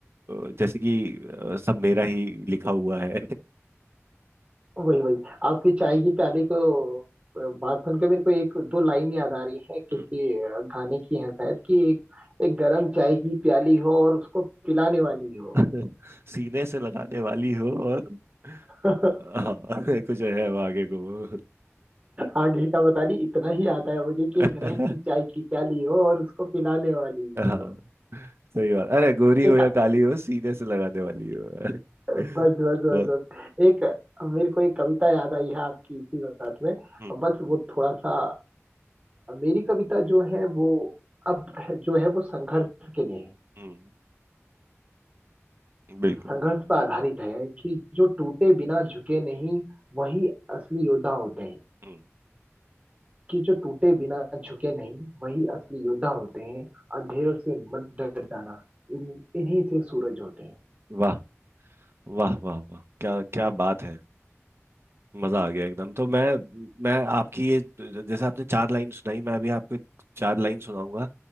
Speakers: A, on the right (about 55°); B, on the right (about 30°).
A: अ, जैसे कि अ, सब मेरा ही लिखा हुआ है
B: वही वही आपकी चाय की प्याली को बात सुनकर मेरे को एक दो लाइन याद आ रही है किसी
A: हम्म।
B: अ, गाने की है शायद कि एक एक गरम चाय की प्याली हो और उसको पिलाने वाली हो
A: <laughs> सीने से लगाने वाली हो और
B: <laughs>
A: अ, हाँ <laughs> कुछ है वो आगे को
B: आगे का बता नहीं इतना ही आता है मुझे कि
A: <laughs>
B: एक गरम चाय की प्याली हो और उसको पिलाने वाली
A: हाँ
B: हो
A: सही बात अरे गोरी
B: एक
A: हो या काली हो सीने से लगाने वाली हो <laughs>
B: बस बस बस
A: बहुत
B: बस एक मेरे को एक कविता याद आई है आपकी इसी बात में
A: हम्म
B: बस वो थोड़ा सा मेरी कविता जो है वो अब जो है वो संघर्ष के लिए है
A: हम्म बिल्कुल
B: संघर्ष पर आधारित है कि जो टूटे बिना झुके नहीं वही असली योद्धा होते हैं
A: हम्म
B: कि जो टूटे बिना झुके नहीं वही असली योद्धा होते हैं अंधेरों से मत डर जाना इन इन्हीं से सूरज होते हैं
A: वाह वाह वाह वाह क्या क्या बात है मजा आ गया एकदम तो मैं मैं आपकी ये जैसे आपने चार लाइन सुनाई मैं अभी आपको एक चार लाइन सुनाऊंगा